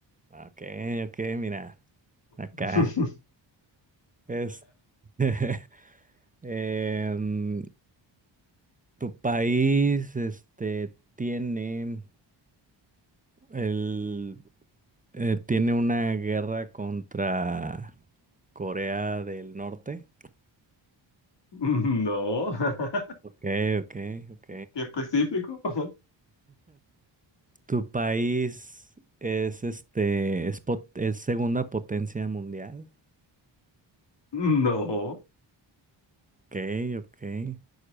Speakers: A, on the right (about 15°); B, on the left (about 60°).
A: Ok, ok, mira, acá.
B: <laughs>
A: es. <laughs> em, ¿tu país, este, tiene el, eh, tiene una guerra contra Corea del Norte.
B: No. <laughs>
A: Ok, ok, ok.
B: ¿Qué específico? <laughs>
A: ¿Tu país es este, es, pot- es segunda potencia mundial?
B: No.
A: Ok, ok.